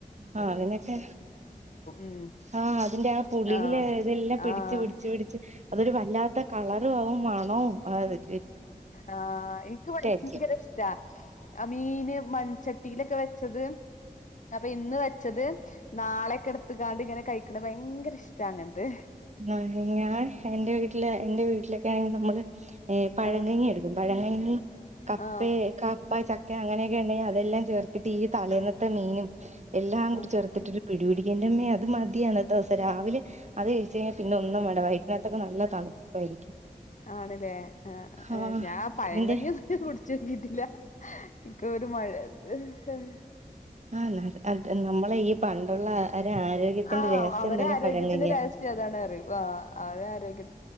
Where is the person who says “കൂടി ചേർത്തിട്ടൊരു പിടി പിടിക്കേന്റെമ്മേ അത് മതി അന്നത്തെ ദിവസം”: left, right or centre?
Right